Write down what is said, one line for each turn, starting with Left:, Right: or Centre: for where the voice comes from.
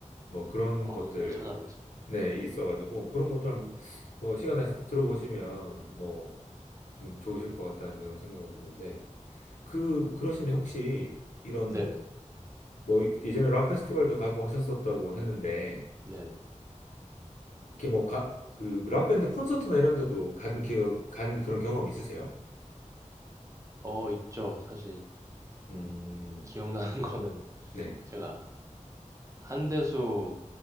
Left: 뭐 그런
Right: 어,
Left: 것들
Right: 한번 꼭 찾아보겠습니다. 네.
Left: 네, 있어가지고 그런 것들 한번 뭐 시간 나실 때 들어보시면 뭐 좀 좋으실 것 같다는 그런 생각은 드는데 그 그러시면 혹시 이런
Right: 네네.
Left: 뭐 예전에 락 페스티벌도 가고 하셨었다고 했는데
Right: 네네.
Left: 이렇게 뭐 가 그 락 밴드 콘서트나 이런 데도 간 기억 간 그런 경험 있으세요?
Right: 어, 있죠. 사실
Left: 음,
Right: 기억나는 <laughs> 거는
Left: 네,
Right: 제가 한대수